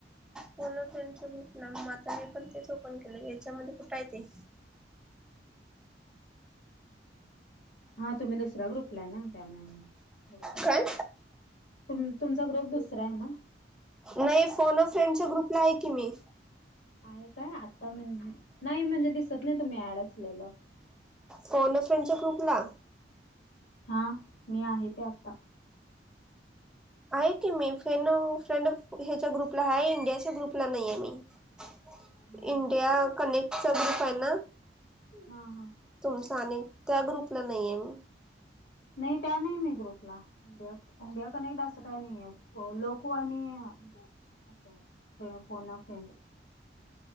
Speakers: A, in the centre; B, on the left (about 80°).
A: कोन फ्रेंडला च नाव माहित आता मी पण तेच ओपन केले ग त्याच्यामध्ये कुठे आहे ते
B: हा तुम्ही दुसरा ग्रुपला आहे ना त्या म्हून बरोबर हे
A: काय?
B: तुम तुमचा ग्रुप दुसरा आहे ना
A: नाही फोन फ्रेंडच्या ग्रुपला आहे की मी
B: हाय का आता नाहीं नाहि म्हणजे दिसत नाही तुम्ही अड आसलेलं
A: फोन फ्रेंडच्या ग्रुपला
B: हा मी आहे ते आता
A: आहे की मी फ्रेंड न फ्रेंड ह्याच्या ग्रुपला आहे इंडियाच्य ग्रुप ला आहे ना ना नाही मी
B: हा हा
A: इंडिया कनेक्ट चा ग्रुप आहे ना
B: हा हा
A: तुमचा आणि त्या ग्रुपला नाहीये मी
B: नाही त्या नाही मी ग्रुपला इंडिया कनेक्ट असं काही नाही आहे लोको वाणि हे असं आहे फोन फ्रेंड